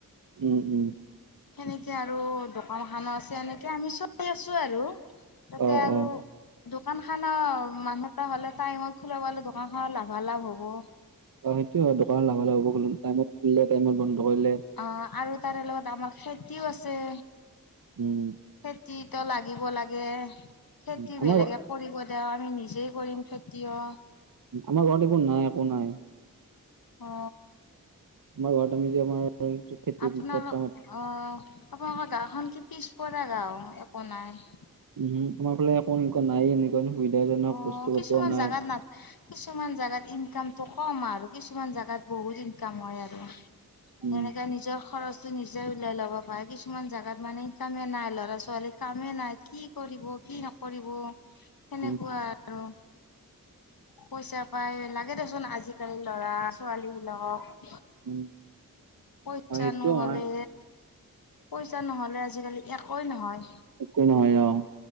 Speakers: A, on the right; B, on the left.
A: উম -উম
B: সেনেকে আৰু দোকান খানো আছে। এনেকে আমি চলি আছো আৰু। তাতে
A: অ',
B: আৰু
A: অ',
B: দোকান খানো মানুহ এটা হ'লে টাইমত খোলা পালে দোকানখনৰ লাভালাভ হ'ব।
A: অ সেইটো হয়। দোকানৰ লাভালাভ হ'ব টাইমত খুলিলে, টাইমত বন্ধ কৰিলে,
B: অ আৰু তাৰে লগত আমাৰ খেতিও আছে।
A: উম
B: খেতিতটো লাগিব লাগে। খেতি
A: উম, আমাৰ
B: বেলেগে
A: ঘ
B: কৰিব এতিয়া আমি নিজে কৰিম খেতিও।
A: আমাৰ ঘৰত সেইবোৰ নাই একো নাই
B: অ।
A: আমাৰ ঘৰত আমি যে আমাৰ। খেতি
B: আপোনালোক
A: পথাৰত
B: অ'! আপোনালোকৰ গাঁওখন কি পিছপৰা গাওঁ একো নাই।
A: উহু, আমাৰ ফালে একো এনেকুৱা নাই এনেকুৱা সুবিধাজনক
B: অ'!
A: বস্তু পাতিও
B: কিছুমান
A: নাই,
B: জাগাত ন' কিছুমান জাগাত ইনকামটো কম আৰু কিছুমান জোগাত বহুত ইনকাম হয় আৰু
A: উম,
B: তেনেকে নিজৰ খৰচ। নিজে উওলাই ল'ব পাৰে কিছুমান জাগাত মানে ইনকামে নাই ল'ৰা ছোৱালী কামে নাই কি কৰিব। কি নকৰিব সেনেকুৱা
A: উম,
B: আৰু পইচা পাই লাগ। লাগে দেচোন আজিকালি ল'ৰা ছোৱালী বিলাকক।
A: উম!
B: পইচা
A: হয় সেইটো
B: নহ'লে,
A: হয়,
B: পইচা নহ'লে। আ আজিকালি একোৱেই নহয়।
A: একো নহয় অ',